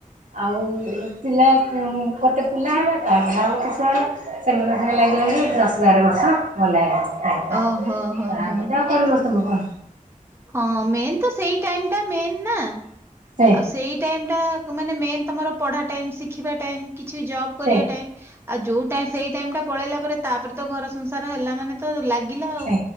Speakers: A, on the right; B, on the right.
A: ଆଉ ପିଲା ଗୋଟେ ପିଲା ହେଲା ତାପରେ ଆଉ ଗୋଟେ ଛୁଆ ହେଲା ସେମାନଙ୍କ ସାଙ୍ଗେ ଲାଗି ଲାଗି ଦଶ ବାର ବର୍ଷ ଗଲା। ପ୍ରାୟତଃ।
B: ଅ ହୋ ହୋ
A: ତାପରେ
B: ହୋ।
A: ତ ଆଉ କରିବ ତମେ କଣ?
B: ହଁ ମେନ୍ ତ ସେଇ ଟାଇମଟା। ମେନ୍ ନା
A: ସେ
B: ଆଉ ସେଇ ଟାଇମଟା ମାନେ ମେନ୍ ତମର ପଢାଟାଇମ ଶିଖିବା ଟାଇମ। କିଛି ଜବକରିବା
A: ସେ
B: ଟାଇମ୍ ଆଉ ଯୋଉ ଟଇମ୍ ସେଇଟାଇମ ଟା ପଳେଇଲା ପରେ ତାପରେ ତ ଘରସଂସାର ହେଲା ମାନେ ତ ଲାଗିଲା ଆଉ
A: ସେ